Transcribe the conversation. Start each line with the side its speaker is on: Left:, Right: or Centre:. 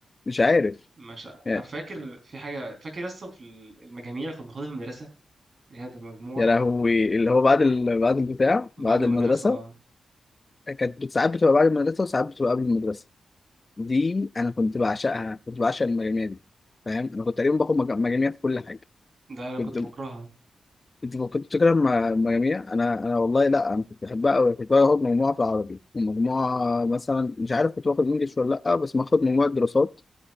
Left: مش عارف
Right: مش ع-
Left: يعني
Right: طب فاكر في حاجه فاكر اصلا في ال- المجاميع اللي كنا بناخدها في المدرسه اللي هي بتبقى مجموعه
Left: يا لهوي اللي هو بعد ال... بعد البتاع
Right: بعد
Left: بعد
Right: المدرسه
Left: المدرسة كانت ساعات بتبقى بعد المدرسة وساعات بتبقى قبل المدرسة دي انا كنت بعشقها كنت بعشق المجاميع دي فاهم انا كنت تقريبا باخد مج- مجاميع في كل حاجه
Right: ده انا كنت
Left: كنت
Right: بكرهها
Left: كنت كنت بتكره الم- المجاميع انا انا والله لا انا كنت بحبها قوي كنت باخد مجموعه في العربي ومجموعه مثلا مش عارف كنت باخد انجلش ولا لا بس باخد مجموعه دراسات